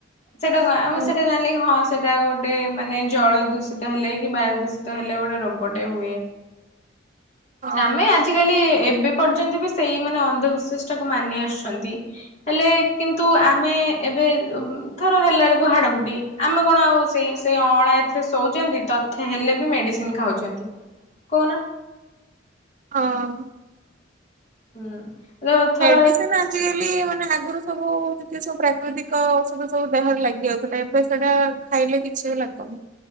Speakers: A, on the left (about 35°); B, on the right (about 40°).
A: ସେଟା କ ଆମେ
B: ହୁଁ
A: ସେଟା ଯାଣିଲେ କି ହଁ ସେଟା ଗୋଟେ। ଗୋଟେ ମାନେ ଜଳ ଦୂଷିତ ହେଲେ କି ବାୟୁ ଦୂଷିତ ହେଲେ ଗୋଟେ ରୋଗଟେ ହୁଏ।
B: ହଁ
A: ନାମେ ଆଜି ଆଜ କାଲି ଏବେ ପର୍ଯ୍ୟନ୍ତ ବି ସେଇ ମାନେ ଅନ୍ଧବିଶ୍ୱାସ ଟାକୁ ମାନି ଆସୁଛନ୍ତି। ହେଲେ କିନ୍ତୁ ଆମେ ଏବେ ଥର ହେଲା ବେଳକୁ ହାଡ ଫୁଟି ଆମେ କଣ ଆଉ ସେଇ ସେଇ ଅଣା ଏଥିରେ ଶୋଉଛନ୍ତି। ତଥେ ହେଲେ ବି ମେଡ଼ିସିନ ଖାଉଛନ୍ତି କହୁନ।
B: ହଁ।
A: ହୁଁ। ଥର
B: ମେଡିସିନ୍ ଆ ଆଜି କାଲି ମାନେ ଆଗୁରୁ ସବୁ ଯେତିକ ସବୁ ପ୍ରାକୃତିକ ଔଷଧ ସବୁ ଦେହରେ ଲାଗି ଯାଉଥିଲା। ଏବେ ସେଇଟା ଖାଇଲେ କିଛି ବି ଲାଗନି।